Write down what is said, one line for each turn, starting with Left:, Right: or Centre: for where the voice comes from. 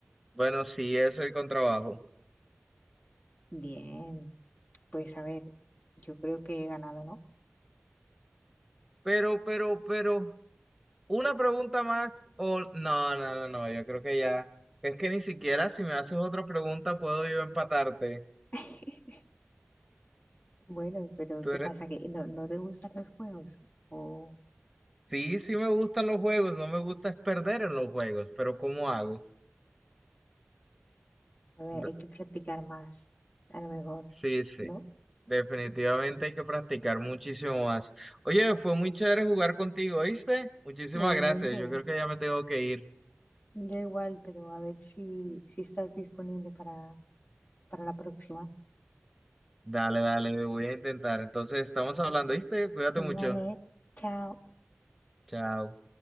Centre: Bueno, sí, es el contrabajo.
Left: Bien, pues a ver, yo creo que he ganado, ¿no?
Centre: Pero, pero, pero, una pregunta más o no, no, no, no, yo creo que ya. Es que ni siquiera si me haces otra pregunta puedo yo empatarte.
Left: <laughs> Bueno, pero
Centre: Tú
Left: ¿qué
Centre: eres-
Left: pasa? ¿Que no, no te gustan los juegos? O
Centre: Sí, sí me gustan los juegos, no me gusta es perder en los juegos, pero ¿cómo hago?
Left: a ver,
Centre: De-
Left: hay que practicar más, a lo mejor,
Centre: Sí, sí,
Left: ¿no?
Centre: definitivamente hay que practicar muchísimo más. Oye, fue muy chévere jugar contigo, ¿viste? Muchísimas
Left: Igualmente,
Centre: gracias, yo creo que ya me tengo que ir.
Left: yo igual, pero a ver si, si estás disponible para, para la próxima.
Centre: Dale, dale, voy a intentar. Entonces, estamos hablando, ¿viste? Cuídate mucho.
Left: Vale, chao.
Centre: Chao.